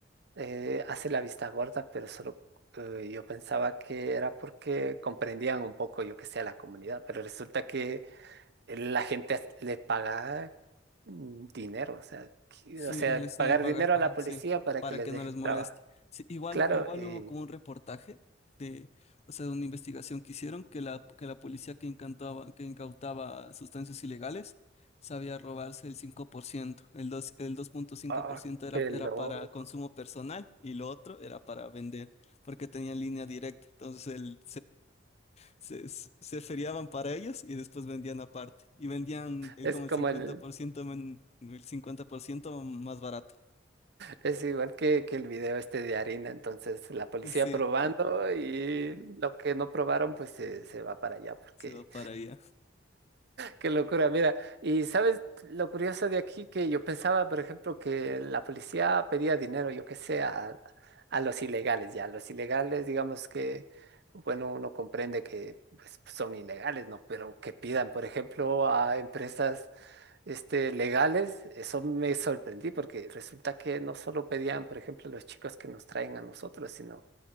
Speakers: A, on the right (about 60°); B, on the left (about 35°).
A: eh, hace la vista gorda, pero solo eh, yo pensaba que era porque comprendían un poco, yo que sé, a la comunidad, pero resulta que la gente as- le paga mm, dinero, o sea, que-
B: Sí,
A: o sea,
B: les saben
A: pagar
B: pagar
A: dinero
B: como,
A: a la policía
B: sí,
A: para
B: para
A: que les
B: que
A: deje
B: no les moleste.
A: trabajar.
B: Sí, igual,
A: Claro,
B: igual
A: y
B: hubo como un reportaje de, o sea, de una investigación que hicieron que la, que la policía que incantaba, que incautaba sustancias ilegales sabía robarse el cinco por ciento El dos el dos punto cinco
A: ah,
B: por ciento era,
A: qué
B: era
A: loco.
B: para consumo personal y lo otro era para vender, porque tenía línea directa. Entonces el se, se- se feriaban para ellos y después vendían aparte. Y vendían el,
A: Es
B: como
A: como
B: el 50%,
A: el,
B: men- el 50% más barato.
A: es igual que, que el video este de harina, entonces la policía
B: Sí,
A: probando y lo que no probaron pues se, se va para allá porque
B: se va para allá.
A: Qué locura, mira, y sabes lo curioso de aquí que yo pensaba, por ejemplo, que la policía pedía dinero, yo qué sé, a, a los ilegales, ya, los ilegales, digamos que, bueno, uno comprende que pues, son ilegales, ¿no? Pero que pidan, por ejemplo, a empresas este, legales, eso me sorprendí porque resulta que no solo pedían, por ejemplo, los chicos que nos traen a nosotros, sino